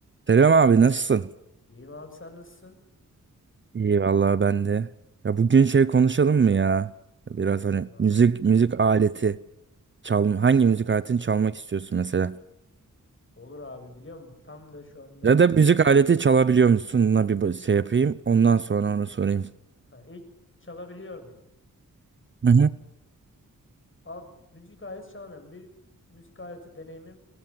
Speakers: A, on the right (about 35°); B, on the left (about 40°).
A: Selam abi nasılsın?
B: İyiyim abi sen nasılsın?
A: İyi vallahi ben de. Ya bugün şey konuşalım mı ya? Ya
B: Ne
A: Biraz
B: konuşalım
A: hani
B: abi?
A: müzik müzik aleti çal hangi müzik aletini çalmak istiyorsun mesela?
B: Olur abi biliyor musun? Tam da şu anda
A: Ya da müzik aleti çalabiliyor musunla bir bu- şey yapayım. Ondan sonra onu sorayım.
B: ha, ilk çalabiliyor muyum?
A: Hı hı.
B: Abi müzik aleti çalamıyorum. Bir müzik aleti deneyimim